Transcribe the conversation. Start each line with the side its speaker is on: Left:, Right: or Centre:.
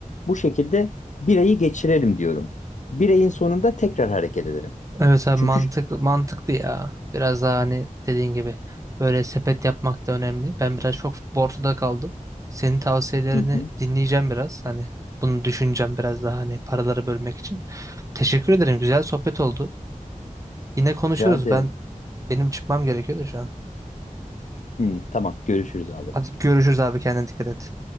Left: Bu şekilde bir ayı geçirelim diyorum. Bir ayın sonunda tekrar hareket edelim.
Right: Evet abi
Left: Çünkü
Right: mantık, mantıklı ya. Biraz daha hani dediğin gibi böyle sepet yapmak da önemli. Ben biraz çok borçta kaldım. Senin tavsiyelerini
Left: hı hı,
Right: dinleyeceğim biraz. Hani bunu düşüneceğim biraz daha hani paraları bölmek için. Teşekkür ederim. Güzel sohbet oldu. Yine konuşuruz.
Left: rica ederim.
Right: Ben benim çıkmam gerekiyor da şu an.
Left: Hı, tamam görüşürüz abi.
Right: Hadi görüşürüz abi kendine dikkat et.